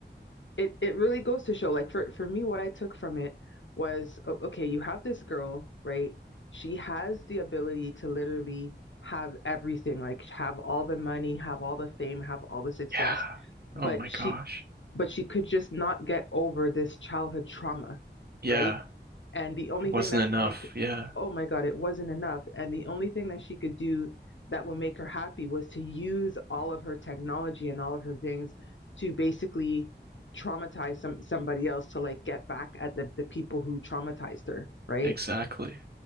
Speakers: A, on the left; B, on the right.
A: it it really goes to show like for for me what I took from it was o- okay, you have this girl, right? She has the ability to literally have everything, like have all the money, have all the fame, have all the success,
B: Yeah.
A: but
B: Oh my
A: she
B: gosh.
A: but she could just not get over this childhood trauma,
B: Yeah.
A: right? And the only
B: It
A: thing
B: wasn't
A: that
B: enough.
A: could make her,
B: Yeah.
A: oh my God, it wasn't enough. And the only thing that she could do that would make her happy was to use all of her technology and all of her things to basically traumatize some somebody else to like get back at the, the people who traumatized her, right?
B: Exactly.